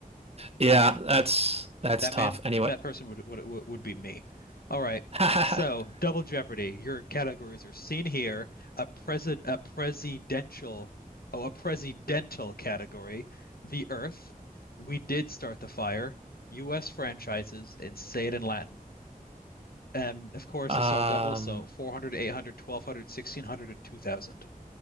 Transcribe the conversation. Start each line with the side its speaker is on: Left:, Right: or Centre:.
Right: Yeah, that's that's
Left: That
Right: tough.
Left: man,
Right: Anyway,
Left: that person would would would be me. All right.
Right: <laughs>
Left: So, Double Jeopardy. Your categories are seen here. A president, a presidential, oh, a presidential category. The Earth. We did start the fire. U.S. franchises and say it in Latin. And of course,
Right: um,
Left: it's all double, so 400, 800, 1200, 1600, and 2000.